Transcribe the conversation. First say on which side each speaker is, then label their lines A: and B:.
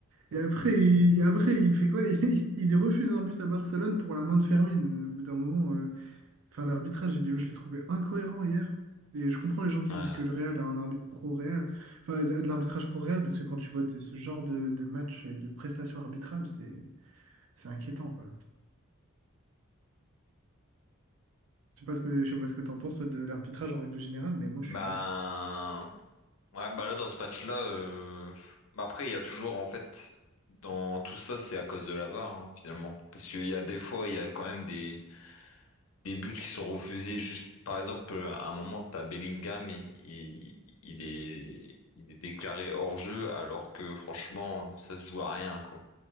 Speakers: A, on the right; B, on the left.
A: et après, il, et après, il fait quoi? <laughs> Il, il refuse un but à Barcelone pour la main de Fermin. Euh, Au bout d'un moment, euh, enfin, l'arbitrage, j'ai dit, je l'ai trouvé incohérent hier. Et je comprends les gens qui
B: Ouais.
A: disent que le Real a un arbitre pro-Real, enfin, a de l'arbitrage pro-Real, parce que quand tu vois de- ce genre de, de match et de prestations arbitrales, c'est c'est inquiétant, quoi. Je sais pas ce que, je sais pas ce que t'en penses, toi, de l'arbitrage en règle générale, mais moi, je
B: Bah,
A: suis pas fan.
B: ouais, bah là, dans ce match-là, euh, bah après, il y a toujours, en fait, dans tout ça, c'est à cause de la VAR, hein, finalement. Parce qu'il y a des fois, il y a quand même des, des buts qui sont refusés. Juste, par exemple, euh, à un moment, t'as Bellingham, il, il, il est, il est déclaré hors-jeu, alors que franchement, ça se joue à rien, quoi.